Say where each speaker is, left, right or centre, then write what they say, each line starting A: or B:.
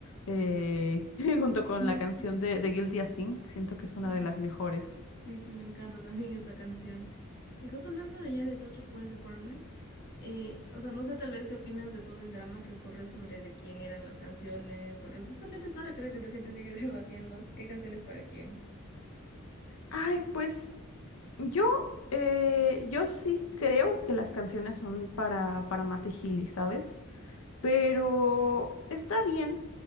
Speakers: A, on the left; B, on the left.
A: eh, <laughs> junto con
B: Sí.
A: la canción de, de Guilty as Sin, siento que es una
B: Ah,
A: de las mejores.
B: sí, sí, me encanta también esa canción. Y justo hablando de ya de Tocho Police Department, eh, o sea, no sé tal vez qué opinas de todo el drama que ocurrió sobre de quién eran las canciones, porque justamente hasta ahora creo que la gente sigue <laughs> debatiendo qué canciones para quién.
A: Ay, pues yo, eh, yo sí creo que las canciones son para, para Mate Healy, ¿sabes? pero está bien,